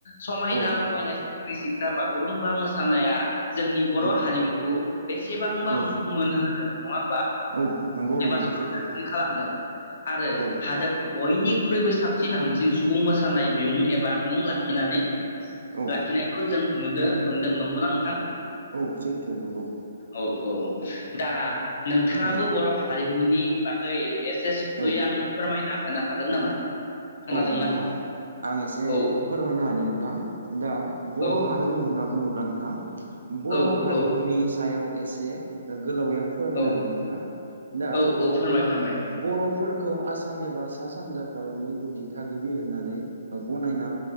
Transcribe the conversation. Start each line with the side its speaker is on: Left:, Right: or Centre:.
Left: समायना
Right: औ
Left: रमायना सिख्रि सिख्ला बाग बागुरुमबा मोसानाया जोंनि बर'
Right: औ
Left: हारिमुखौ बेसेबांबा
Right: औ
Left: मुं मोनहोदों नङा होमबा
Right: औ नंगौ नंगौ
Left: एबा समायनासिन
Right: सैथो
Left: खालामदों आरो
Right: औ
Left: हादोरनि बयनिख्रुइबो सा हामसिन सुबुं मोसानाय बिमुं एबा मुं लाखिनानै
Right: औ
Left: लाखिनायखौ जों नुनो मोनदों नंगौना नोंथां
Right: औ सैथो नंगौ
Left: औ औ दा नोंथाङाबो
Right: औ
Left: बर' हारिमुनि बागै एसे सुदयै
Right: औ
Left: आंनो फोरमाय होनो हागोन नामा खोनादोंना?
Right: औ नोंथां आं एसे
Left: औ
Right: फोरमायनो होनि नोंथां दा बर'
Left: औ
Right: हारिमु होनना बुङोब्ला आं आ बर'
Left: औ
Right: हारिमुनि
Left: औ
Right: सायाव एसे गोलावै आं फोरमायना
Left: औ
Right: होनि नोंथां दा
Left: औ औ फोरमाय फोरमाय
Right: बर'फोर खौ आसाम एबा सा सानजा भारतनि गु बिदि थागिबि होननानै गनायना